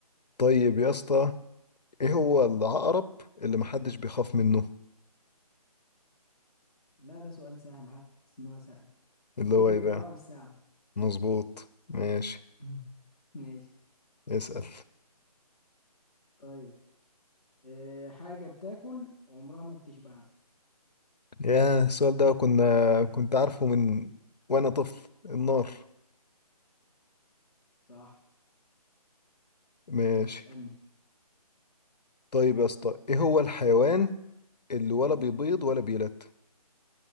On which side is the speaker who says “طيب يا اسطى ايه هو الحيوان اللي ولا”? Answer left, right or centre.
Left